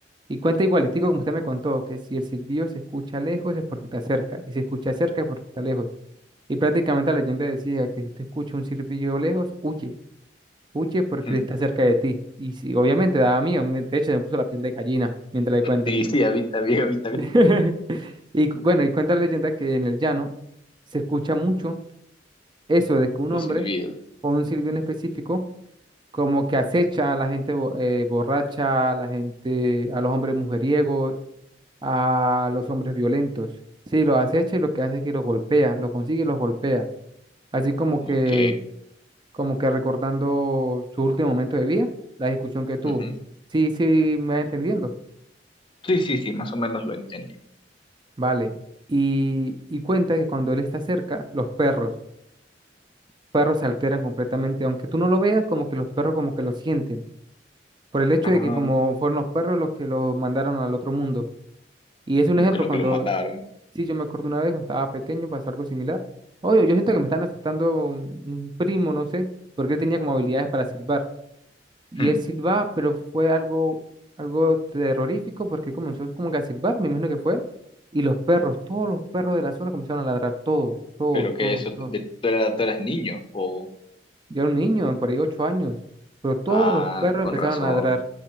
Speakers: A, on the right; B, on the left.
A: Y cuenta igualitico como usted me contó, que si el silbido se escucha lejos es porque está cerca, y si se escucha cerca es porque está lejos. Y prácticamente la leyenda decía que si tú escuchas un silbido lejos, huye, huye porque
B: Mm.
A: él está cerca de ti. Y si, obviamente daba miedo, me- de hecho me puso la piel de gallina mientras le cuento.
B: Sí, sí, habita bien, habita bien.
A: <laughs> Y cu- bueno, y cuenta la leyenda que en el llano se escucha mucho eso de que un
B: Los
A: hombre
B: silbidos.
A: con un silbido en específico como que acecha a la gente bo- eh, borracha, a la gente, a los hombres mujeriegos a los hombres violentos. Sí, los acecha y lo que hace es que los golpea, los consigue y los golpea. Así como que,
B: Ok.
A: como que recordando su último momento de vida, la discusión que tuvo.
B: ujú.
A: Sí, sí, me va entendiendo.
B: Sí, sí, sí, más o menos lo entendí.
A: Vale. Y, y cuenta que cuando él está cerca, los perros, perros se alteran completamente, aunque tú no lo veas, como que los perros como que lo sienten, por el hecho
B: Ah,
A: de que como fueron los perros los que lo mandaron al otro mundo. Y es un
B: como
A: ejemplo
B: que lo
A: cuando
B: que lo mataron.
A: Sí, yo me acuerdo una vez, cuando estaba pequeño, pasó algo similar. Obvio, yo siento que me están asustando un, un primo, no sé, porque él tenía como habilidades para silbar. Y
B: Hmm,
A: él silbaba, pero fue algo, algo terrorífico porque comenzó como que a silbar, me imagino que fue él. Y los perros, todos los perros de la zona comenzaron a ladrar, todos, todos,
B: Pero que
A: todos,
B: eso,
A: todos.
B: de, tú, eras, tú eras niño. O,
A: Yo era un niño, por ahí ocho años, pero todos
B: ah,
A: los perros
B: con
A: empezaron
B: razón.
A: a ladrar.